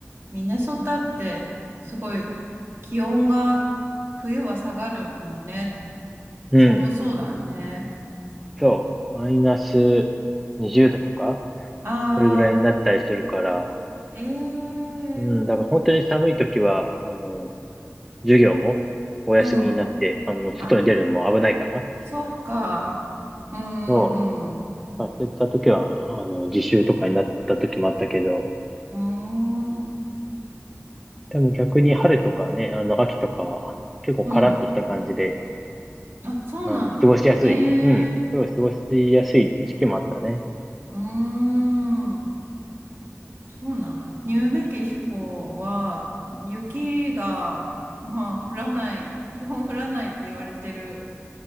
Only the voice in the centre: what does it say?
うん。
そう。マイナス20度とか、
それぐらいになったりするから、
うん、だから本当に寒い時は、あの、授業もお休みになって、
あの、外に出るのも危ないから、
そう。そういった時は、あの、自習とかになった時もあったけど、
でも逆に春とかね、あの、秋とかは、結構カラッとした感じで、
あの、過ごしやすいうん。
すごい過ごしやすい時期もあったね。